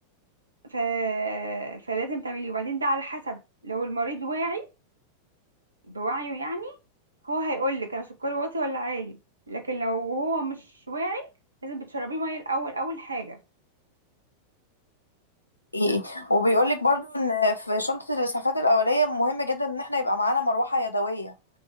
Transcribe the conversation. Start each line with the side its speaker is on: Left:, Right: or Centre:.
Right: ف... فلازم تعمليه وبعدين ده على حسب لو المريض واعي بوعيه يعني هو هيقول لك انا سكري واطي ولا عالي لكن لو هو مش واعي لازم بتشربيه ميه الاول اول حاجه
Left: ايه وبيقول لك برضو ان في شنطة الاسعافات الاولية مهم جدا ان احنا يبقى معانا مروحة يدوية